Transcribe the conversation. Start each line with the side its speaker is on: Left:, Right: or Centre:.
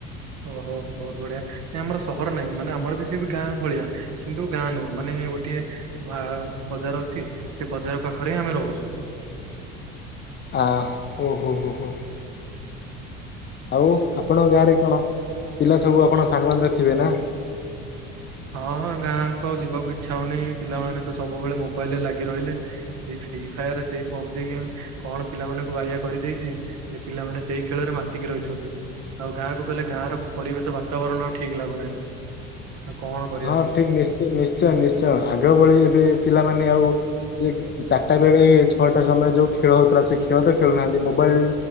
Right: ଓହୋ ବହୁତ ବଢିଆ। ନାଇଁ ଆମର ସହର ନାହିଁ ମାନେ ଆମର ବି ସେ ବି ଗାଁ ଭଳିଆ। କିନ୍ତୁ ଗାଁ ନୁହଁ ମାନେ ଏ ଗୋଟିଏ ବା-ଆ-ଆ ବଜାର ଅଛି ସେ ବଜାର ପାଖରେ ହି ଆମେ ରହୁଛୁ।
Left: ହ ଓ ହୋ ହୋ ହୋ। ଆଉ ଆପଣଙ୍କ ଗାଁରେ କଣ ପିଲା ସବୁ ଆପଣ ସାଙ୍ଗମାନେ ତ ଥିବେ ନା?
Right: ହଁ ଗାଁ ଆଉ ଯିବାକୁ ଇଛା ହଉନି ପିଲାମାନେ ତ ସବୁବେଳେ ମୋବାଇଲ ରେ ଲାଗି ରହିଲେ ସେଇ ଫ୍ରି ଫାୟାର ସେଇ ପବଜି ଜି କଣ ପିଲାମାନଙ୍କୁ ବାୟା କରିଦେଇଛି ଯେ ପିଲାମାନେ ସେଇ ଖେଳରେ ମାତିକି ରହିଛନ୍ତି। ଆଉ ଗା ଗାଁକୁ ଗଲେ ଗାଁ ର ପରିବେଶ ବାତାବରଣ ଆଉ ଠିକ ଲାଗୁନାହିଁ। ଆଉ କଣ କରିବା
Left: ହଁ ଠିକ ନିଶ୍ଚୟ ନିଶ୍ଚୟ ନିଶ୍ଚୟ ଆଗ ଭଳି ଏବେ ପିଲାମାନେ ଆଉ ଯେ ଚାରିଟା ବେଳେ ଛଅଟା ସମୟ ଯୋଉ ଖେଳ ହଉଥିଲା ସେ ଖେଳ ତ ଖେଳୁନାହାନ୍ତି ମୋବାଇଲ